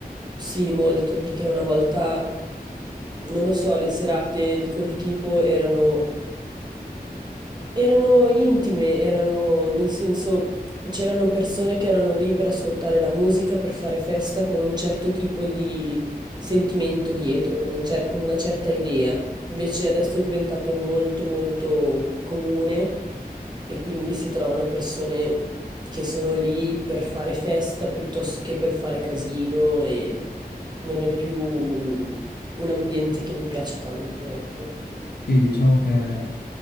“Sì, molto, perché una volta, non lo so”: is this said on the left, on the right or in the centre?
Right